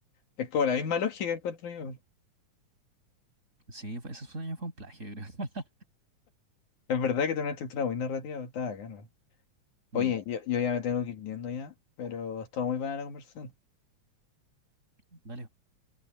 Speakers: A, on the left; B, on the right.
A: Es como la misma lógica encuentro yo.
B: sí, fue- ese sueño fue un plagio, creo. <laughs>
A: Es verdad que tiene una estructura muy narrativa, está acá, ¿no?
B: Mm.
A: Oye, yo, yo ya me tengo que ir yendo ya, pero estuvo muy buena la conversación.
B: Dale,